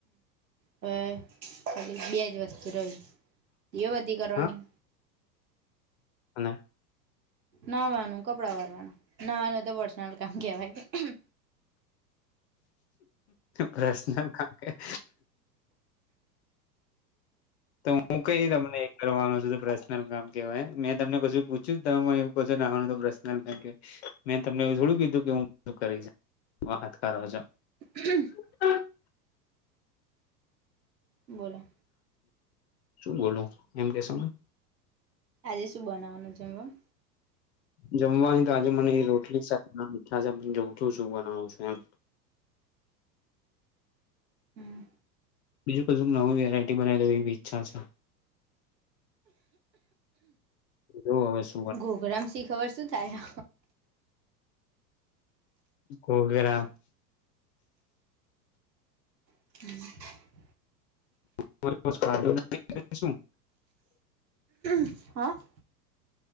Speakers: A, on the right (about 75°); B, on the left (about 45°).
A: હવે બે જ વસ્તુ રહી દીવાબત્તી કરવાની.
B: હા અને
A: નાહવાનું ને કપડાં વારવાનું, નાવાનું તો પર્સનલ કામ કેવાય.
B: પર્સનલ કામ કેહ તો હું કઈ તમને એ કરવાનો છું તો પ્રશ્ન પર્સનલ કામ કહેવાય મેં તમને કશું પૂછ્યું? તમે મને એવું કો છો <unintelligible> પ્રશ્નલ કામ કેવાય. મેં તમને એવું થોડું કીધું કે હું <unintelligible> શું કરીશ વાત કરો છો.
A: <unintelligible>
B: <unintelligible>
A: બોલો.
B: શું બોલુ એમ કહેશો મન?
A: આજે શું બનાવાનું જમવામ?
B: જમવાની તો આજે મને રોટલી શાક બનવાની ઈચ્છા છે જોઉ છું શું બનાવું છું એમ.
A: હમ
B: બીજું કજુંક નવી વેરાયટી બનાવી દઉં એવી ઈચ્છા છે. એવું આવે છ
A: ઘોઘરામ શી ખબર શું થાય?
B: ઘોઘરા
A: હમ.
B: <inaudible> શું
A: હ